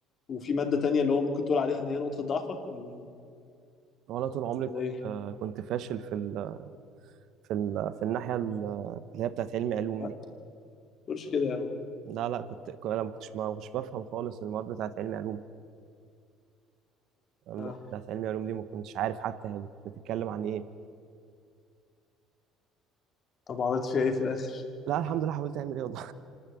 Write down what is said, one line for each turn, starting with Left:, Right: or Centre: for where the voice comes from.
Left: وفي ماده تانية اللي هو ممكن تقول عليها ان هي نقطه ضعفك ولا
Right: وانا طول عمري
Left: ولا
Right: كنت
Left: ايه؟
Right: كنت فاشل في ال... في ال... في الناحيه ال- اللي هي بتاعت علمي علوم
Left: لا
Right: دي
Left: ما تقولش كده يا عم
Right: لا لا كنت ك- انا ما كنتش ما كنتش بفهم خالص المواد بتاعت علمي علوم المواد
Left: آه.
Right: بتاعت علمي علوم دي ما كنتش عارف حتى هي بت- بتتكلم عن ايه
Left: طب عملت فيها ايه في الاخر؟
Right: لا الحمد لله حاولت اعمل رياضه